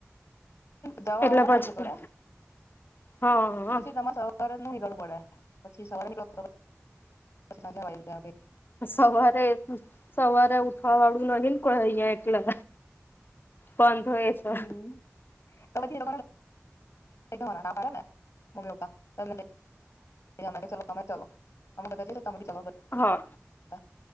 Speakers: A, on the left; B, on the left.
A: જવા આવવા
B: એટલે
A: માં ટાઈમ
B: પછી
A: જતો રહે
B: હા
A: પછી તમારે સવારે નહિ નીકળવું પડે. પછી સવારે નીકળ. <unintelligible>
B: સવારે સવારે ઉઠવાવાળું નહિ ને કોઈ અહીંયે. બંધ હોય છે.
A: હમ તો પછી એ લોકોને ના પાડે ને મમ્મી પપ્પા એટલે નઈ. <unintelligible> તમે ચલો અમે બધા જઇયે છે તમે બી ચલો
B: હા
A: બધા